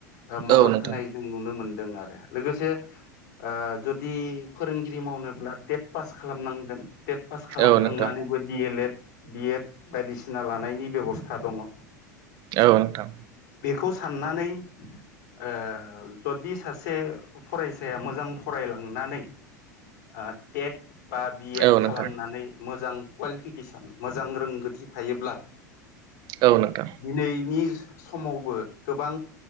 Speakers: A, on the left; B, on the right.
A: ओ मदद
B: औ नोंथां
A: होनाय जों नुनो मोनदों आरो लोगोसे ओ जुदि फोरोंगिरि मावनोब्ला टेट पास खालामनांगोन टेट पास खालामखांनानैबो
B: औ नोंथां
A: D El Ed B Ed बायदिसिना लानायनि बेबस्था दङ
B: औ नोंथां
A: बेखौ साननानै ओ जदि सासे फरायसाया मोजां फरायलांनानै आ टेट बा बि एड
B: औ नोंथां
A: खालामनानै मोजां कुवालिफिकेसन मोजां रोंगोथि थायोब्ला
B: औ नोंथां
A: दिनैनि समावबो गोबां